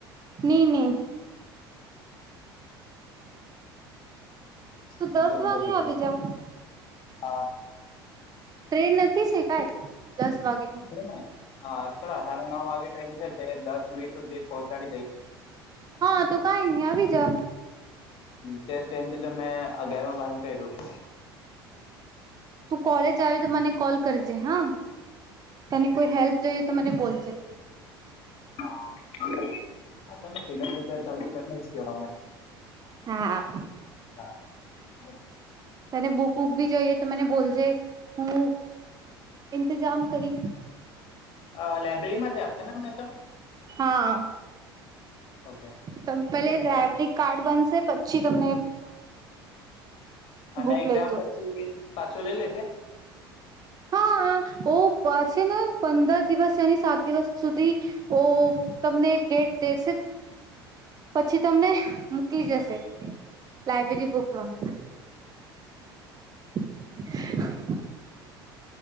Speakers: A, on the right; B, on the left.
A: ની-ની. તો
B: જોમ
A: દસ વાગે આ
B: છે
A: બીજા
B: આ
A: ટ્રેન નથી છે કાઈ દસ વાગે
B: ને હલા સાડા નવ વાગે છે દસ વીસ સુધી પહોચાડી દે
A: હા તો કઈ નહી આવી જા.
B: થી તો મેં અગિયારમાં બારમું કર્યું
A: તું કોલેજ આવી તો મને કોલ કરજે હા તને કોઈ હેલ્પ જોઈએ તો મને બોલજે
B: હા. હા તમે પનાતા તમે કે અમે
A: હા
B: હા હ.
A: તને બુક વુક ભી જોઈએ તો મને બોલજે હું ઇંતજામ કરી
B: અ લાઈબ્રેરી માંથી આપશે ને મેને તો
A: હા.
B: ઓકે
A: તમ પેલે
B: તો તમે
A: રેવરી કાર્ડ બનશે પછી તમને
B: અને
A: બુક
B: એક્ઝામ
A: લઈજો.
B: પછી પાછો લઈ લેશે.
A: હા ઓ છે ને પંદર દિવસ એની સાત દિવસ સુધી ઓ તમને ડેટ દેશે પછી તમને ટલી જશે લાાઈબ્રેરી બુકમાં <inaudible>